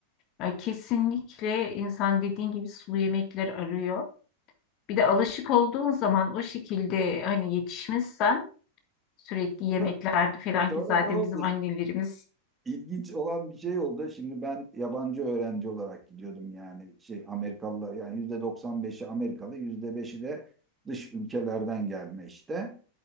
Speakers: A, on the left (about 45°); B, on the right (about 20°).
A: Ya kesinlikle insan dediğin gibi sulu yemekler arıyor. Bir de alışık olduğun zaman o şekilde hani yetişmişsen sürekli
B: Sonra,
A: yemeklerde falan
B: sonra
A: ki zaten
B: ne oldu?
A: bizim annelerimiz
B: İlginç olan bir şey oldu. Şimdi ben yabancı öğrenci olarak gidiyordum yani şey Amerikalılar yani %95'i Amerikalı, yüzde beşi de dış ülkelerden gelme işte.